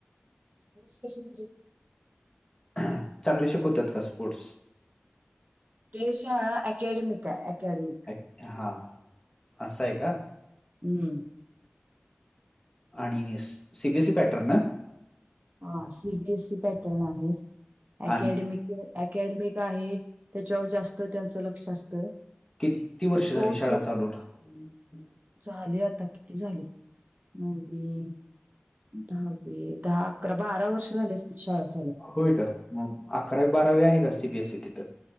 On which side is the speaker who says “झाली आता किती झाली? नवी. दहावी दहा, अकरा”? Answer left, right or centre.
Right